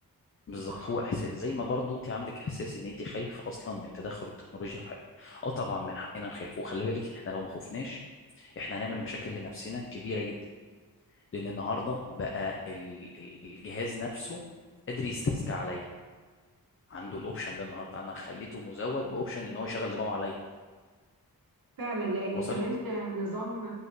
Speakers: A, on the left; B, on the right.
A: بالظبط
B: صح
A: هو احساس زي ما برضو انت عندك احساس ان انت خايف اصلا من تدخل التكنولوجيا في حياتنا اه طبعا من حقنا نخاف وخلي بالك احنا لو ما خفناش احنا هنعمل مشاكل لنفسنا كبيره جدا لان النهارده بقى ال- ال- الجهاز نفسه قادر يستذكى عليا عنده الاوبشن ده النهارده انا خليته مزود باوبشن ان هو يشغل دماغه عليا
B: فعلا لان
A: وصلت
B: كمان نظام